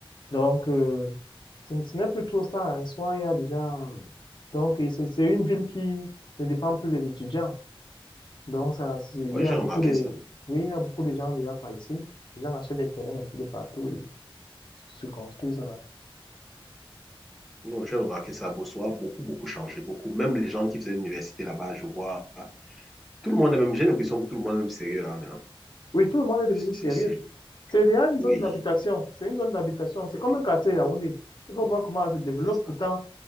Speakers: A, on the left; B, in the centre.
A: Donc euh, ce, n- ce n'est plus trop ça. hein. Soit il y a déjà donc et c'est c'est une ville qui ne dépend plus des étudiants. Donc, ça, c'est- il
B: Oui,
A: y a
B: j'ai
A: beaucoup
B: remarqué
A: de,
B: ça.
A: oui, il y a beaucoup de gens déjà par ici. Les gens achètent des terrains un peu de partout et se construisent là.
B: Non, j'ai remarqué ça à Bossoa, beaucoup, beaucoup changé, beaucoup. Même les gens qui faisaient l'université là-bas, je vois, tout le monde est même, j'ai l'impression que tout le monde est même sérieux là maintenant.
A: Oui, tout le monde est devenu
B: Si,
A: sérieux.
B: si.
A: C'est déjà une
B: Oui,
A: zone d'habitation. C'est une zone d'habitation. C'est
B: oui,
A: comme un quartier à Yaoundé. Il faut voir comment ça se développe.
B: c'est ça.
A: Pourtant,